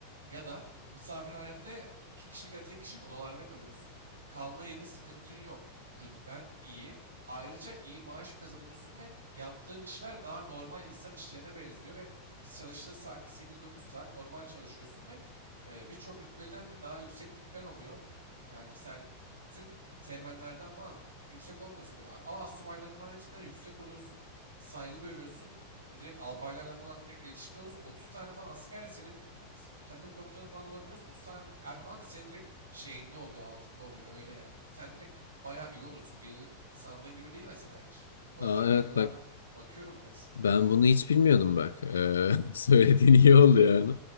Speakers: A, on the right; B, on the left.
A: ya da misafirhanede de iki kişilik ya da tek kişilik odalarda kalıyorsun. Kalma yerin sıkıntın yok. Rütben iyi. Ayrıca iyi maaş kazanıyorsun ve yaptığın işler daha normal insan işlerine benziyor ve çalıştığın saatte 8-9 saat normal çalışıyorsun ve e, birçok rütbeliden de daha yüksek rütben oluyor. Yani sen tüm teğmenlerden falan yüksek olmuyorsun tabii. Ama astsubayların falan hepsinden yüksek oluyorsun. Saygı görüyorsun. E, direkt albaylarla falan direkt iletişimde olursun. 30 tane falan askerle senin s- takım komutanı falan olabiliyorsun. 30 tane er falan da senin direkt şeyinde oluyor, altında oluyor. Öyle yani. Sen direkt bayağı iyi olursun. Bir yıllık sandığın gibi değil mesela hiç. O
B: Aa,
A: yüzden
B: evet
A: bir yılda
B: bak.
A: bakıyorum biraz.
B: Ben bunu hiç bilmiyordum bak. Ee, <laughs> söylediğin iyi oldu yani.